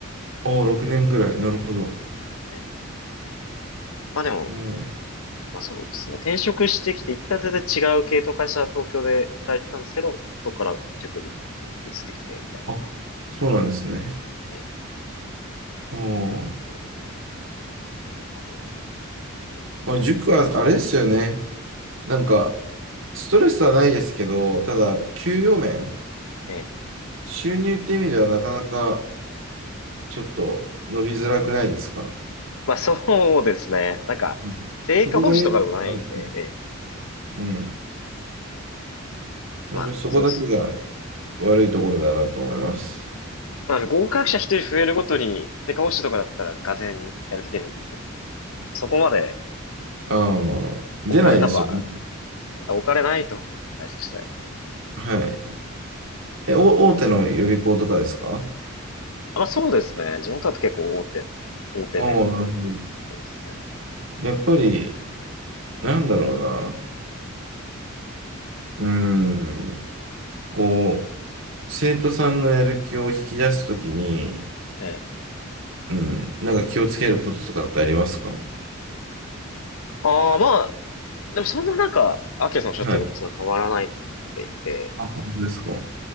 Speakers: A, on the right; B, on the left.
A: ああ、6年ぐらい。なるほど。
B: ええまあでも、
A: うん。
B: まあそうですね。転職してきて、一旦全然違う系統会社、東京で働いてたんですけど、そこから塾に移ってきて、みたいな。
A: あ、そうなんですね。
B: ええ、
A: ああ。
B: だっとあるんで。まあ、そうですね。
A: もう塾はあれですよね。なんか、ストレスはないですけど、ただ、給与面、
B: ええ。
A: 収入って意味ではなかなかちょっと伸びづらくないですか。
B: まあそうですね。なんか、
A: うん、
B: 成果報酬とかでもないんで、
A: そこが唯一なんですね
B: ええ。
A: うん。本当にそこだけが
B: まあ、そうですね。
A: 悪いところだなと思います。
B: あの、合格者一人増えるごとに、世界保守とかだったら、がぜんやる気出るんですけど、そこまで
A: ああ、出ないですよね。
B: お金多分、多分お金ないと思う、会社したよ。
A: はい。え、お、大手の予備校とかですか
B: あまあ、そうですね。地元だと結構大手、大手目なこ
A: ああ、なるほど。
B: とですね。
A: やっぱり、なんだろうな。うーん。こう、生徒さんのやる気を引き出すときに、
B: ええ。
A: うん。なんか気をつけることとかってありますか
B: ああ、まあ、でもそんな中、アキラさんおっしゃってることと変わらないと思っていて、
A: はい。あ、本当ですか。は